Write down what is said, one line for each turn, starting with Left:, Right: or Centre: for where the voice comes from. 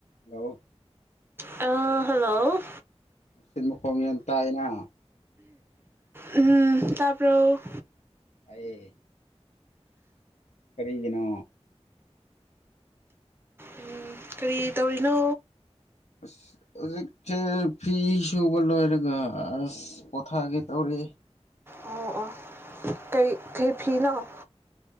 Left: ꯂꯥꯎꯑꯣ
Right: ꯑ ꯍꯜꯂꯣ
Left: ꯇꯤꯟ ꯃꯈꯣꯝ ꯌꯝ ꯇꯥꯏꯅ꯫
Right: ꯎꯝ ꯇꯥꯄ꯭ꯔꯣ
Left: ꯑꯩꯌꯦ ꯀꯔꯤꯒꯤꯅꯣ
Right: ꯎꯝ ꯀꯔꯤ ꯇꯧꯔꯤꯅꯣ꯫
Left: ꯑꯁ ꯍꯧꯖꯤꯛꯁꯦ ꯐꯤ ꯁꯨꯕ ꯂꯣꯏꯔꯒ ꯑꯁ ꯄꯣꯊꯥꯒꯦ ꯇꯧꯔꯤ꯫
Right: ꯑꯣ ꯑꯣ ꯀꯩ ꯀꯩ ꯐꯤꯅꯣ꯫